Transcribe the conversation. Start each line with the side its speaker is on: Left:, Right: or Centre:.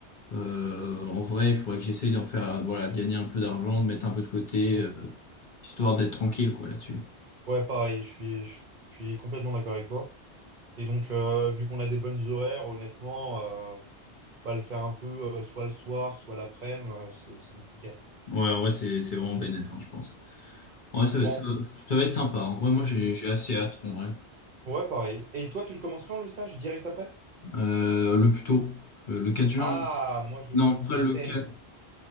Left: euh, en vrai, il faudrait que j'essaye d'en faire, voilà, de gagner un peu d'argent, de mettre un peu de côté,
Right: Mm.
Left: euh, histoire d'être tranquille, quoi, là-dessus.
Right: Ouais, pareil, je suis, je suis complètement d'accord avec toi. Et donc, euh, vu qu'on a des bonnes horaires, honnêtement, euh, bah, le faire un peu euh, soit le soir, soit l'après-midi, euh, c'est c'est nickel.
Left: Ouais, en vrai, c'est c'est vraiment
Right: Mm.
Left: bénéf, hein, je pense. Ouais, ça,
Right: Bon,
Left: va ça va- ça va être sympa. hein. Ouais, moi, j'ai
Right: Mm.
Left: j'ai assez hâte, en vrai.
Right: ouais, pareil. Et toi, tu le commences quand le stage? Direct après?
Left: Euh, le plus tôt, euh, le 4 juin.
Right: Ah,
Left: là.
Right: moi, je
Left: Non,
Right: le commence
Left: pas
Right: le
Left: le
Right: 16.
Left: 4.